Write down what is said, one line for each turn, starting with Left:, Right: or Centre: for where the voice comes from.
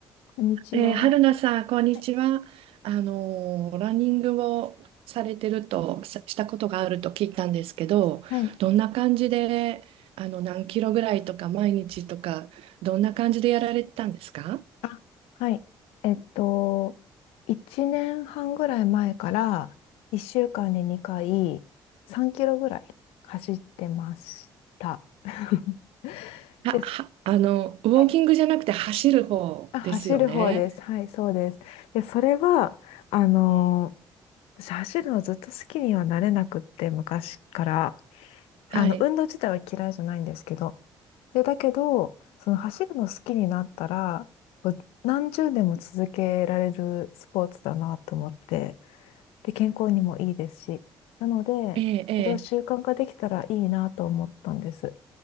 Left: こんにちは。
Right: えー、春菜さん、こんにちは。
Left: はい。
Right: あのーランニングをされてると、さしたことがあると聞いたんですけど、
Left: はい。
Right: どんな感じで、あの、何キロぐらいとか、毎日とか、どんな感じでやられてたんですか
Left: あ、はい。えっと、1年半ぐらい前から1週間に2回3キロぐらい走ってました。<laughs>
Right: あ、
Left: です。
Right: は、あの、ウォーキングじゃなくて走る方ですよね。
Left: はい。あ、走る方です。はい、そうです。で、それは、あのー私走るのずっと好きにはなれなくって、昔から。
Right: はい。
Left: あの、運動自体は嫌いじゃないんですけど、で、だけど、その走るの好きになったら、こう何十年も続けられるスポーツだなと思って、で、健康にもいいですし、なので、
Right: ええ、ええ。
Left: それを習慣化できたらいいなと思ったんです。